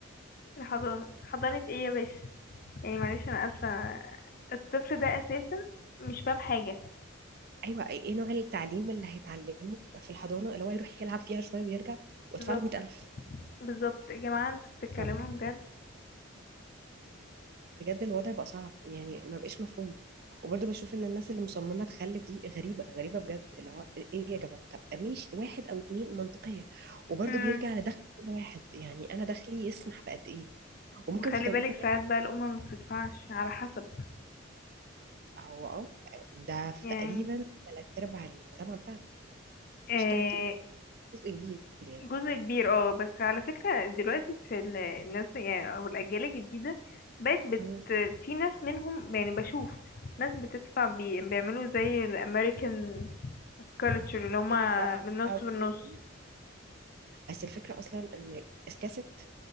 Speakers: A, on the left (about 45°); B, on the right (about 45°).
A: الحضانة حضانة ايه يا باشا يعني معلش انا اسفة الطفل ده اساسا مش فاهم حاجة
B: ايوه ايه نوع التعليم اللي هيتعلمه في الحضانه اللي هو يروح يلعب فيها شويه ويرجع وادفع
A: بالظبط
B: له 100000
A: بالظبط يا جماعة انتوا بتتكلموا
B: فبجد
A: بجد
B: الوضع بقى صعب يعني ما بقاش مفهوم وبرضه بشوف ان الناس اللي مصممه تخلف دي غريبه غريبه بجد اللي هو ايه يا جماعه طب ماشي واحد او اتنين منطقيه وبرضه
A: امم
B: بيرجع لدخل كل واحد يعني انا دخلي يسمح بقد ايه وممكن
A: وخلي
B: في توقيت
A: بالك
B: معين
A: ساعات بقى الأمة ما بتدفعش على حسب
B: هو اه ده في
A: يعني
B: تقريبا ثلاث ارباع المجتمع بتاعنا
A: آه
B: مش ثلاث ارباع جزء كبير يعني
A: جزء كبير اه بس على فكرة دلوقتي في ال- الناس يعني او الأجيال الجديدة بقت بت
B: مم.
A: في ناس منهم يعني بشوف ناس بتدفع بي... بيعملوا زي الأمريكان كالتشر اللي هما
B: بيدفع
A: من نص
B: جزء
A: بالنص
B: بس الفكرة أصلا إن اسكاست